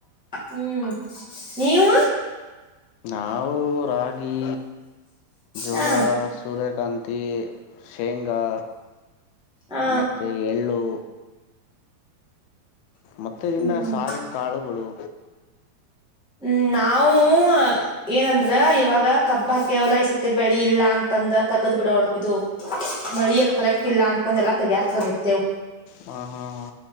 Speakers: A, in the centre; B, on the left.
A: ಹ್ಮ್ ನೀವು
B: ನಾವು ರಾಗಿ ಜೋಳಾಸ್
A: ಹ
B: ಸೂರ್ಯಕಾಂತಿ ಶೇಂಗಾ
A: ಹ
B: ಮತ್ತೆ ಎಳ್ಳು ಮತ್ತೆ
A: ಹ್ಮ್
B: ಇನ್ನ ಸಾರಿನ ಕಾಳುಗಳು.
A: ಹ್ಮ್ ನಾವು ಏನಂದ್ರೆ ಇವಾಗ ಕಬ್ಬ ಹಾಕವೇಲ್ಲ ಈ ಸತ್ತಿ ಬೆಳಿ ಇಲ್ಲಾ ಅಂತಂದ್ ತಗದ್ ಬಿಡೋರ್ ಇದು ಮಳಿಯರು ಕರೆಕ್ಟ್ ಇಲ್ಲ ಅಂತಂದೆಲ್ಲಾ ತೆಗಯಕ್ ನಿತ್ತೇವು
B: ಹಾ ಹಾ ಹಾ